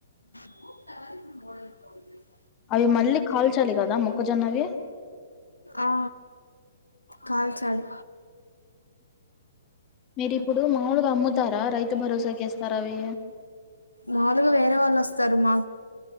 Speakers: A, on the left; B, on the left.
A: మ
B: అవి మళ్ళీ కాల్చాలి కదా మొక్కజొన్నవి
A: ఆ కాల్చాలి
B: మీరిప్పుడు మాములుగా అమ్ముతారా రైతు భరోసాకేస్తారా అవి
A: మాలుగ వేరే వాళ్ళు వస్తారు మా